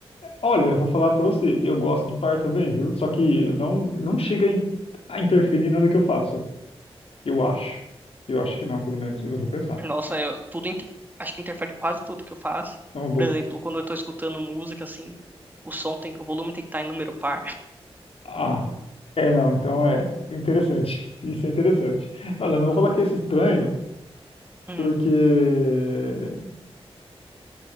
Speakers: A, on the left; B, on the right.
A: Olha, eu vou falar pra você, eu gosto de par também, viu? Só que não não chega em- a interferir em nada que eu faço. Eu acho. Eu acho que não, pelo menos. Eu vou pensar.
B: Nossa, eu, tudo, inter- acho que interfere quase tudo que eu faço.
A: É uma boa.
B: Por exemplo, quando eu tô escutando música, assim, o som tem, o volume tem que estar em número par.
A: Ah, é não, então é interessante. <laughs> Isso é interessante. Olha, eu não vou falar que é esse estranho
B: <laughs>
A: Porque. eh,